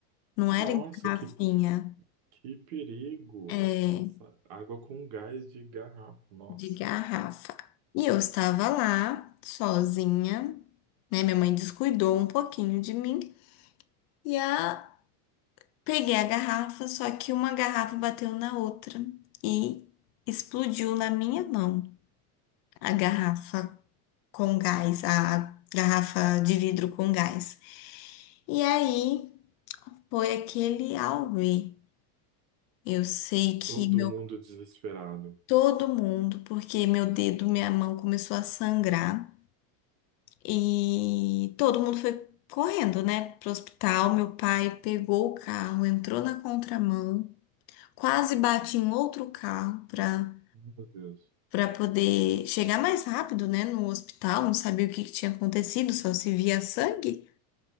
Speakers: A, on the left; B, on the right.
A: Não
B: Nossa,
A: era em garrafinha,
B: que, que perigo!
A: é,
B: Nossa, água com gás de garrafa. Nossa,
A: de garrafa. E eu estava lá, sozinha, né? Minha mãe descuidou um pouquinho de mim e a... peguei a garrafa, só que uma garrafa bateu na outra e explodiu na minha mão a garrafa
B: meu Deus.
A: com gás, a garrafa de vidro com gás. E aí foi aquele auê. Eu sei que
B: Todo
A: meu
B: mundo desesperado.
A: todo mundo, porque meu dedo, minha mão começou a sangrar e todo mundo foi correndo, né, pro hospital. Meu pai pegou o carro, entrou na contramão, quase bate em outro carro para
B: Meu Deus.
A: para poder chegar mais rápido, né, no hospital. Não sabia o que que tinha acontecido, só se via sangue.